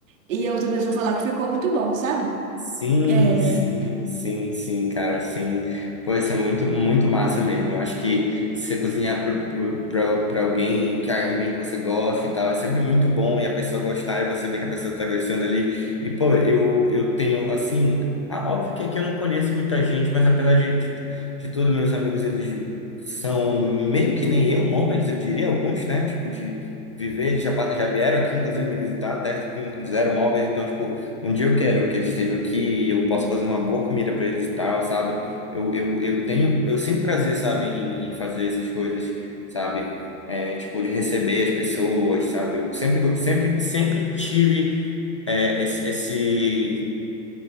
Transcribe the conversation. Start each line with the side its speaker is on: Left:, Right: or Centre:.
Right: e a outra pessoa falar que ficou muito bom, sabe?
Left: Sim,
Right: É,
Left: sim, sim, sim, cara, sim. Pô, isso é muito, muito massa mesmo. Eu acho que se você cozinhar para alguém, que alguém que você gosta e tal, é sempre muito bom e a pessoa gostar e você vê que a pessoa tá gostando ali. E, pô, eu, eu tenho, assim, ah, óbvio que aqui eu não conheço muita gente, mas apesar de, de, de tudo, meus amigos, eles são meio que nem eu, nômades, eu diria, alguns, né? Tipo, de viver, eles já, pa- já vieram aqui, inclusive, me visitar até com zero móveis, então, tipo, um dia eu quero que eles estejam aqui e eu possa fazer uma boa comida para eles e tal, sabe? Eu, eu, eu tenho, eu sinto prazer, sabe, em, em fazer essas coisas, sabe? É, tipo, de receber as pessoas, sabe? Eu sempre, go- sempre, sempre tive é, esse, esse,